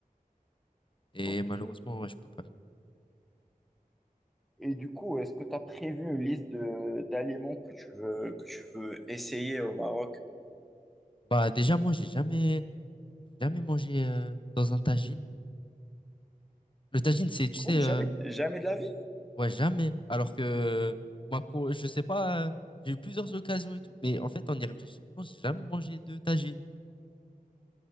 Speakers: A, on the left; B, in the centre.
A: et
B: Ok.
A: malheureusement, ouais, je peux pas venir.
B: Et du coup, est-ce que tu as prévu une liste de d'aliments que tu veux que tu veux essayer au Maroc?
A: Bah déjà, moi, j'ai jamais jamais mangé euh, dans un tagine. Le tagine, c'est, tu sais,
B: Non, jamais,
A: euh,
B: jamais de la vie.
A: Ouais, jamais. Alors que moi, pro, je sais pas, euh, j'ai eu plusieurs occasions et tout, mais en fait, en y réfléchissant, j'ai jamais mangé de tagine.